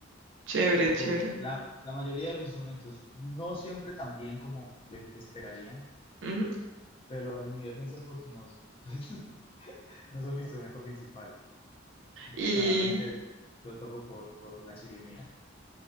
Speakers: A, on the right (about 65°); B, on the left (about 30°).
A: chévere,
B: un poco
A: chévere.
B: la, la mayoría de los instrumentos, no siempre tan bien como les esperarían,
A: Ujú.
B: pero en mi defensa es porque no, <laughs> pues, no son mi instrumento principal,
A: Y
B: solamente lo toco por, por la chirimía.